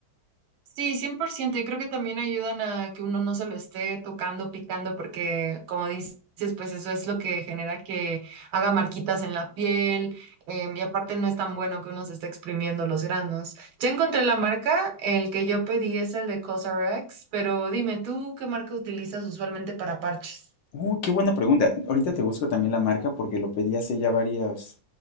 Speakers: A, on the right; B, on the left.
A: Sí, 100%. Y creo que también ayudan a que uno no se lo esté tocando, picando, porque como dices, pues eso es lo que genera que haga marquitas en la piel. em, y aparte no es tan bueno que uno se esté exprimiendo los granos. Ya encontré la marca, el que yo pedí es el de CosRX, pero dime tú, ¿qué marca utilizas usualmente para parches?
B: Uh, qué buena pregunta. Ahorita te busco también la marca porque lo pedí hace ya varios.